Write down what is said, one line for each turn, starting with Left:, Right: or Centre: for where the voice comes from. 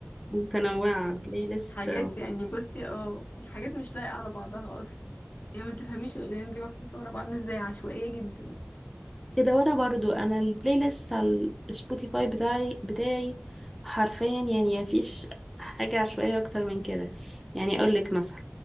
Centre: متنوعة بلاي ليست
Left: حاجات يعني بصي اه حاجات مش لايقة على بعضها اصلا يعني ما تفهميش الاغاني دي محطوطة ورا بعض ازاي عشوائية جدا
Centre: كده وانا برضو انا البلاي ليست على السبوتيفاي بتاعي بتاعي حرفيا يعني مفيش حاجة عشوائية اكتر من كده يعني اقول لك مثلا